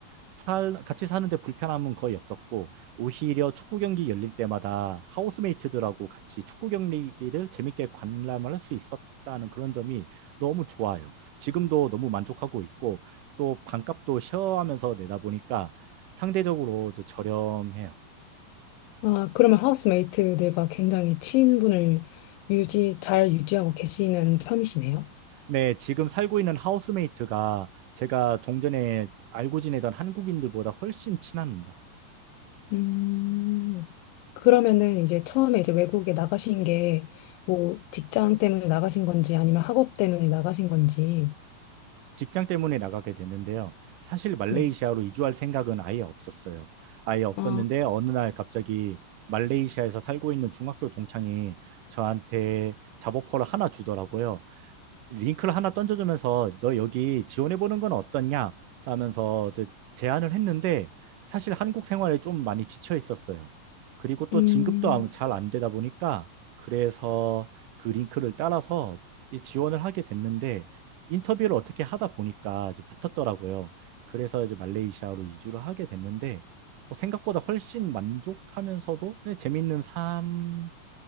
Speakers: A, on the right; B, on the left.
A: 살, 같이 사는데 불편함은 거의 없었고, 오히려 축구 경기 열릴 때마다 하우스메이트들하고 같이 축구 경기를 재밌게 관람을 할 수 있었다는 그런 점이 너무 좋아요. 지금도 너무 만족하고 있고, 또 반값도 쉐어하면서 내다 보니까 상대적으로 저- 저렴해요.
B: 아, 그러면 하우스메이트들과 굉장히 친분을 유지, 잘 유지하고 계시는 편이시네요.
A: 네, 지금 살고 있는 하우스메이트가 제가 종전에 알고 지내던 한국인들보다 훨씬 친합니다.
B: 음, 그러면은 이제 처음에 이제 외국에 나가신 게 뭐 직장 때문에 나가신 건지 아니면 학업 때문에 나가신 건지.
A: 직장 때문에 나가게 됐는데요. 사실 말레이시아로
B: 네.
A: 이주할 생각은 아예 없었어요. 아예 없었는데
B: 아,
A: 어느 날 갑자기 말레이시아에서 살고 있는 중학교 동창이 저한테 잡오퍼를 하나 주더라고요. 링크를 하나 던져주면서 너 여기 지원해보는 건 어떻냐? 라면서 이제 제안을 했는데 사실 한국 생활에 좀 많이 지쳐 있었어요. 그리고 또
B: 음.
A: 진급도 잘 안 되다 보니까 그래서 그 링크를 따라서 이 지원을 하게 됐는데 인터뷰를 어떻게 하다 보니까 이제 붙었더라고요. 그래서 이제 말레이시아로 이주를 하게 됐는데 뭐 생각보다 훨씬 만족하면서도 네, 재밌는 삶을